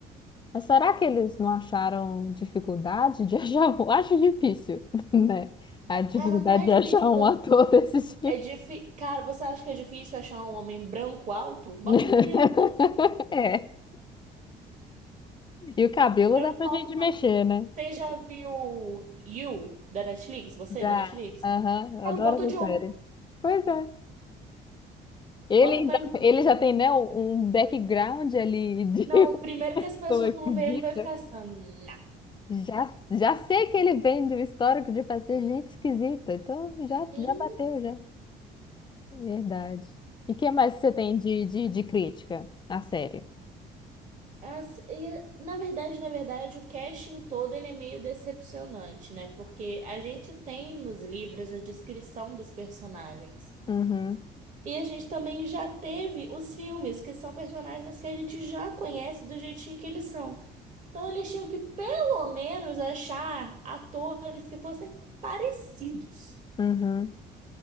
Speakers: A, on the left (about 25°); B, on the right (about 45°).
A: Mas será que eles não acharam dificuldade de achar um? <laughs> Acho difícil, né? A dificuldade
B: Cara, não é
A: de
B: difícil
A: achar um ator desse tipo.
B: É difícil. Cara, você acha que é difícil achar um homem branco alto? Bota
A: <laughs>
B: uma peruca, tipo,
A: É. E o cabelo
B: branco
A: dá pra
B: alto,
A: gente
B: uma.
A: mexer, né?
B: Você já viu You da Netflix? Você
A: Já.
B: da Netflix?
A: Aham, eu
B: Pronto,
A: adoro
B: bota
A: essa
B: o Joe.
A: série. Pois é. Ele,
B: Bota
A: ainda-
B: o Pam.
A: ele já tem, né, um background ali de
B: Não, primeiro que as pessoas
A: Pô, acredita?
B: vão ver ele vai ficar assim, ó, nah.
A: Já, já sei que ele vem do histórico de fazer gente esquisita. Então já,
B: Sim,
A: já bateu, já. Verdade. E o que mais você tem de, de, de crítica à série?
B: as- e, na verdade, na verdade, o casting todo ele é meio decepcionante, né? Porque a gente tem nos livros a descrição dos personagens.
A: Uhum,
B: E a gente também já teve os filmes, que são personagens que a gente já conhece do jeitinho que eles são. Então eles tinham que, pelo menos, achar atores que fossem parecidos
A: uhum.